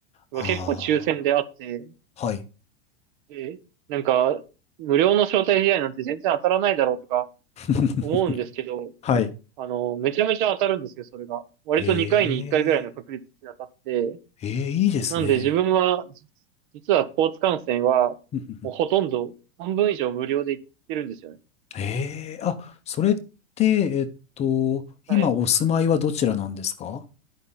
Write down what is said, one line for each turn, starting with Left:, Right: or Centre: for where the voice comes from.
Right: のが結構抽選であって、
Left: ああー、はい。
Right: で、なんか、無料の招待試合なんて全然当たらないだろうとか
Left: <laughs>
Right: 思うんですけど、
Left: はい。
Right: あの、めちゃめちゃ当たるんですよ、それが。割と2回に1回ぐらいの確率で当たって、
Left: ええ、ええ、いいですね。
Right: なんで自分は、じ実はスポーツ観戦は、
Left: <laughs>
Right: もうほとんど半分以上無料で行ってるんですよね。
Left: ええあ、それって、えっと、
Right: はい。
Left: 今お住まいはどちらなんですか